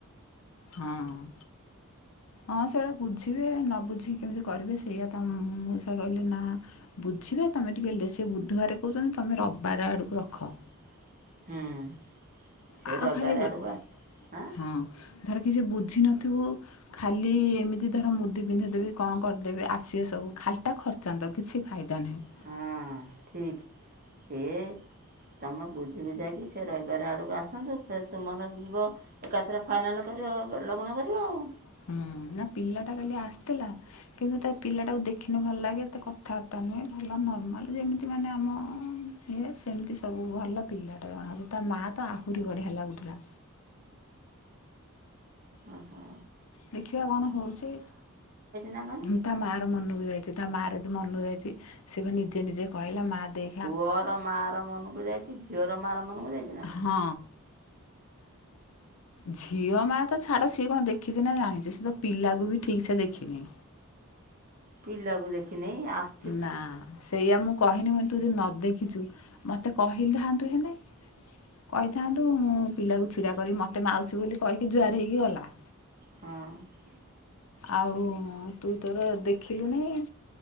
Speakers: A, on the left; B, on the right.
A: ହଁ ହଁ। ହଁ ସେଇଡା ବୁଝିବେ ନ ବୁଝିକି କେମିତି କରିବେ ସେଇଆ ତ ମଉସା କହିଲେ ନା ବୁଝିବେ ତମେ ଟିକେ ଦେ ସେ ବୁଧବାରେ କହୁଛନ୍ତି ତୁମେ ରବିବାର ଆଡ଼କୁ ରଖ।
B: ହୁଁ। ସେ
A: ଆଉ
B: ରବିବାର
A: ଖାଲି ହଁ
B: ଆଡ଼କୁ ଆଁ
A: ଧର କିଛି ବୁଝି ନଥିବୁ ଖାଲି ଏମିତି ଧର ମୁଦି ପିନ୍ଧିଇଦେବେ କଣ କରିଦେବେ ଆସିବେ ସବୁ ଖାଲିଟା ଖଚ ଚାନ୍ଦ କିଛି ଫାଇଦା ନାହିଁ।
B: ହଁ। ଠିକ ଏ ତମେ ବୁଝି ବୁଝାଇକି ସେ ରଇବାର ଆଡକୁ ଆସନ୍ତୁ ତୁମର ଯିବ? ଏକାଥରେ ଫାଇନାଲ କରିବା ଲଗ୍ନ କରିବ ଆଉ
A: ହୁଁ ନା ପିଲାଟା କାଲି ଆସିଥିଲା କିନ୍ତୁ ତା ପିଲାଟାକୁ ଦେଖିନୁ ଭଲ ଲାଗେ ଏତେ କଥାବାର୍ତ୍ତା ତମେ ଭଲ ନର୍ମାଲ ଯେମିତି ମାନେ ଆମ ଇଏ ସେମିତି ସବୁ ଭଲ। ପିଲାଟା ଜଣା ତା ମାଆ ତ ଆହୁରି ବଢ଼ିଆ ଲାଗୁଥିଲା।
B: ଆହା।
A: ଦେଖିବା କଣ ହଉଛି?
B: ନା କହନି
A: ତା ମା ର ମନକୁ ଯାଇଛି ତା ମାର ମନକୁ ଯାଇଛି ସେବା ନିଜେ ନିଜେ କହିଲା ମା ଦେ
B: ପୁଅର ମା ର ମନକୁ ଯାଇଛି ଝିଅର ମାଆ ର ମନକୁ ଯାଇଛି ନା?
A: ହଁ। ଝିଅ ମା ତ ଛାଡ ସିଏ କଣ ଦେଖିଛି ନା ଜାଣିଛି ସେ ତ ପିଲାକୁ ବି ଠିକ ସେ ଦେଖିନି।
B: ପିଲାକୁ ଦେଖିନି ଆଶ୍ଚ
A: ନା ସେଇଆ ମୁଁ କହିନି ତୁ ଯଦି ନ ଦେଖିଛୁ ମତେ କହିଥାନ୍ତୁ ହେଲେ। କହିଥାନ୍ତୁ ମୁଁ ପିଲାକୁ ଛିଡା କରି ମତେ ମାଉସୀ ବୋଲି କହିକି ଜୁଆର ହେଇକି ଗଲା।
B: ହଁ।
A: ଆଉ ତୁ ତୋର ଦେଖିଲୁନାଇଁ?